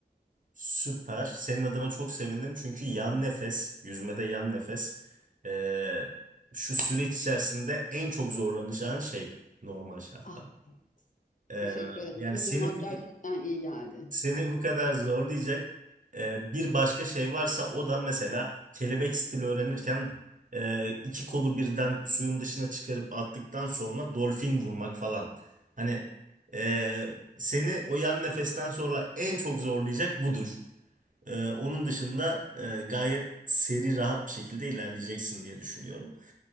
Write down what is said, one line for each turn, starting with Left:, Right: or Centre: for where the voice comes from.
Right: süper. Senin adına çok sevindim çünkü yan nefes, yüzmede yan nefes e, şu süreç içerisinde en çok zorlanacağın şey normal şartlarda.
Left: Ah,
Right: Ee,
Left: teşekkür ederim.
Right: yani
Left: Bunu
Right: seni
Left: duymak
Right: bu
Left: gerçekten iyi geldi.
Right: Seni bu kadar zorlayacak e, bir başka şey varsa o da mesela kelebek stili öğrenirken e, iki kolu birden suyun dışına çıkarıp attıktan sonra dolfin vurmak falan. Hani e, seni o yan nefesten sonra en çok zorlayacak budur. E, onun dışında e, gayet seri rahat bir şekilde ilerleyeceksin diye düşünüyorum.